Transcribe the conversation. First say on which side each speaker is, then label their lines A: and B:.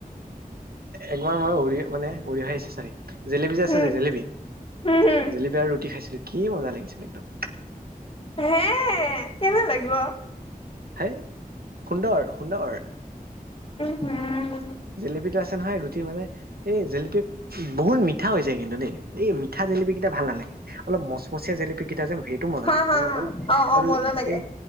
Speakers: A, on the right; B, on the left.
A: একবাৰ মই অৰিয় অ মানে অৰিয় আহিছে চাগে। জেলেপী যে আছে
B: উম
A: যে জেলেপী।
B: উম হম
A: জেলেপী আৰু ৰুটি খাইছিলো কি মজা লাগিছিল একদম।
B: হে কেনে লাগিব।
A: হেই সুন্দৰ সুন্দৰ।
B: উম হম
A: জেলেপীটো আছ- নহয় ৰুটি মানে এই জেলেপি বহুত মিঠা হৈ যায় কিন্তু দেই, এই মিঠা জলেপি কেইটা ভাল নালাগে অলপ মচমচীয়া জলেপি কেইটা যে সেইটো মজা
B: হা
A: লাগে
B: হা
A: আৰু
B: হা অ অ
A: আৰু
B: মজা লাগে
A: এ